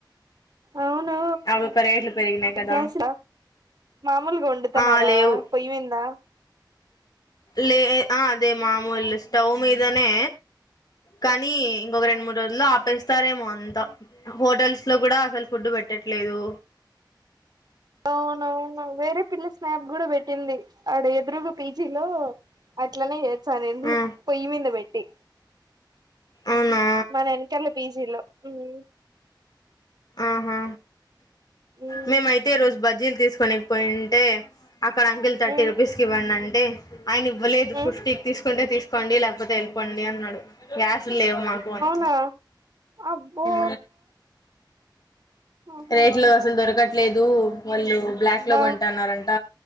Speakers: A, on the right; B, on the left.
A: అవును
B: అవి ఇప్ప రేట్లు పెరిగినాయ్ కదా
A: గ్యాస్ మామూలుగా వండుతనారా
B: ఆ లేవు
A: పోయిమిందా
B: లే అదే మామూలు స్టవ్ మీదనే కానీ ఇంకొక రెండు మూడు రోజులు ఆపేస్తారేమో అంతా హోటల్స్ లో కూడా అసలు ఫుడ్ పెట్ పెట్టట్లేదు
A: అవునువును వేరే పిల్ల స్నాప్ కూడా పెట్టింది ఆడ ఎదురుగు పీజీలో అట్లానే చే సరేండ్రు
B: ఆ
A: పొయ్యి మీంద పెట్టి
B: అవునా
A: మన వెనకల్ల పీజీలో హ్మ్
B: ఆహా
A: మ్మ్
B: మేమయితే ఈ రోజు బజ్జీలు తీసుకోనేకిపోయింటే అక్కడ అంకుల్ థర్టీ
A: మ్మ్
B: రూపీస్కి ఇవ్వండంటే ఆయన ఇవ్వలేదు
A: మ్మ్
B: ఫిఫ్టీకి తీస్ కుంటే తీసుకోండి లేకపోతే వెళ్ళపోండి అన్నాడు గ్యాస్ లేవు మాకు అని
A: అవునా అబ్బో
B: ఉ
A: ఆహా
B: రేట్ లో అసలు దొరకట్లేదు వాళ్ళు బ్లాక్ లో
A: ఆ
B: కొంటున్నారంట